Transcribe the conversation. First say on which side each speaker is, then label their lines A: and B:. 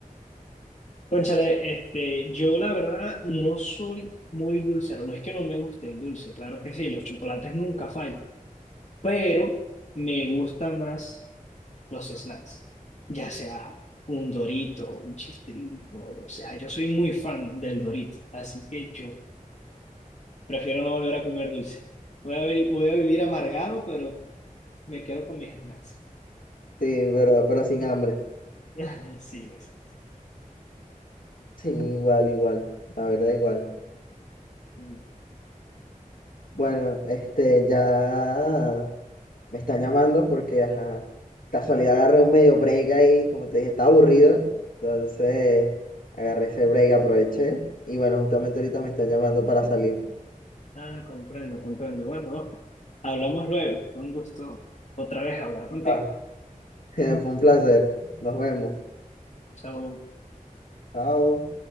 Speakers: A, on the left; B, on the left.
A: Cónchale, este, yo la verdad no soy muy dulcero. No es que no me guste el dulce, claro que sí, los chocolates nunca fallan. Pero me gustan más los snacks, ya sea un Dorito, un Chistrito. O sea, yo soy muy fan del Dorito. Así que yo Prefiero no volver a comer dulce. Voy a, vi- voy a vivir amargado, pero me quedo con mis snacks.
B: Sí, pero, pero sin hambre.
A: <laughs> Sí, exacto.
B: Sí, igual, igual. La verdad, igual.
A: Mm.
B: Bueno, este, ya me están llamando porque, ajá, casualidad agarré un medio break ahí, como te dije, estaba aburrido. Entonces, agarré ese break, aproveché. Y bueno, justamente ahorita me están llamando para salir.
A: Ah, comprendo, comprendo. Bueno, Oscar, hablamos luego. Fue un gusto otra vez hablar contigo.
B: Va. <laughs> Fue un placer. Nos vemos.
A: Chao.
B: Chao.